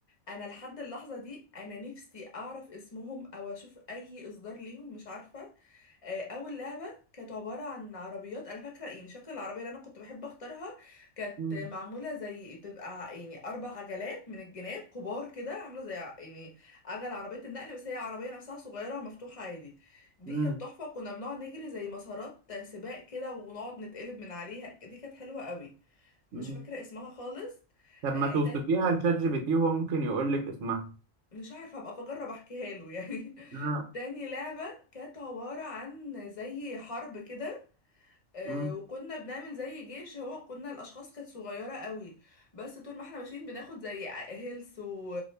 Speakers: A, on the left; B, on the right.
A: انا لحد اللحظه دي انا نفسي اعرف اسمهم او اشوف اي اصدار ليهم مش عارفه آه، اول لعبه كانت عباره عن عربيات انا فاكره يعني شكل العربيه اللي انا كنت بحب اختارها كانت
B: م-
A: معموله زي بتبقى ع- يعني اربع عجلات من الجناب كبار كده عامله زي ع- يعني عجل عربيه النقل بس هي عربيه نفسها صغيره ومفتوحه عادي دي
B: م-
A: كانت تحفه كنا بنقعد نجري زي مسارات سباق كده ونقعد نتقلب من عليها دي كانت حلوه قوي مش
B: م.
A: فاكره اسمها خالص
B: طب
A: آه،
B: ما توصفيها
A: تاني
B: لشات جي بي تي وهو ممكن يقول لك اسمها
A: مش عارفه ابقى بجرب احكيها له يعني
B: آه،
A: <laughs> تاني لعبه كانت عباره عن زي حرب كده آه،
B: م.
A: وكنا بنعمل زي جيش هو كنا الاشخاص كانت صغيره قوي بس طول ما احنا ماشيين بناخد زي هيلث و...